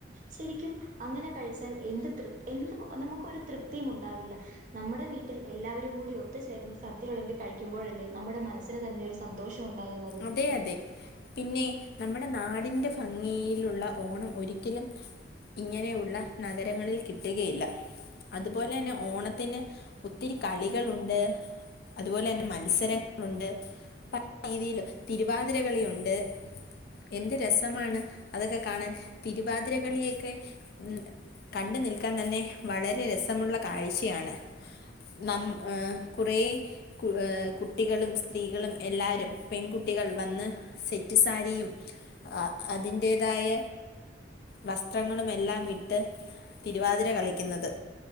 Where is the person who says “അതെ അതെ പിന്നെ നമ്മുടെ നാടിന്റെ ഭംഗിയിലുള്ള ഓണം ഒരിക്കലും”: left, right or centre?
Left